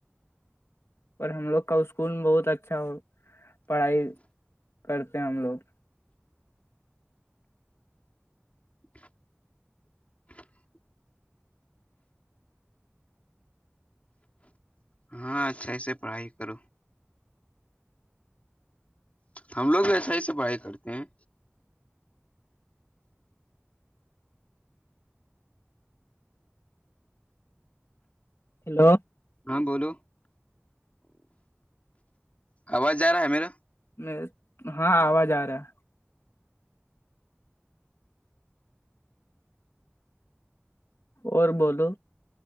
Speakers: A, on the left; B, on the left.
A: اور ہم لوگ کا اسکول بہت اچھا ہو پڑھائی کرتے ہیں ہم لوگ
B: <unintelligible> ہاں اچھا ای سے پڑھائی کرو ہم لوگ وسا ہی سے پڑھائی کرتے ہیں
A: ہیلو
B: ہاں بولو آواز جا رہا ہے میرا
A: میں ہاں آواز آ رہا ہے اور بولو